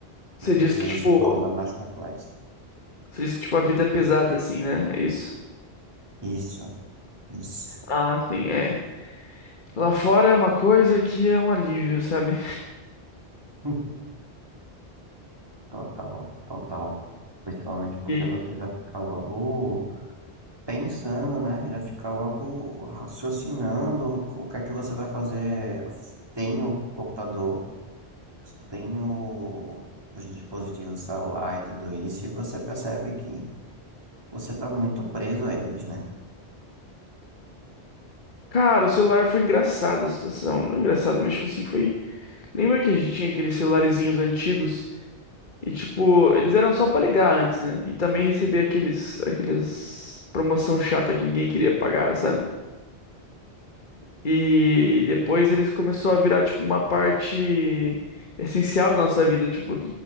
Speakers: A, on the left; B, on the right.
A: Você
B: e tudo
A: diz que, tipo,
B: isso torna mais complexo.
A: você diz que, tipo, a vida é pesada, assim, né? É isso?
B: Isso, isso,
A: Ah, sim, é. Lá fora é uma coisa que é um alívio, sabe?
B: <laughs> total, total. Principalmente porque
A: E,
B: você já fica logo pensando, né? Já fica logo raciocinando o que é que você vai fazer tem o computador. Tenho os dispositivos celular e tudo isso, e você percebe que você está muito preso a eles, né?
A: cara, o celular foi engraçado a situação. Não engraçado, mas, tipo assim, foi. Lembra que a gente tinha aqueles celularezinhos antigos? E tipo, eles eram só pra ligar antes, né? E também receber aqueles, aqueles promoção chata que ninguém queria pagar, sabe? E depois eles começou a virar tipo uma parte essencial da nossa vida, tipo,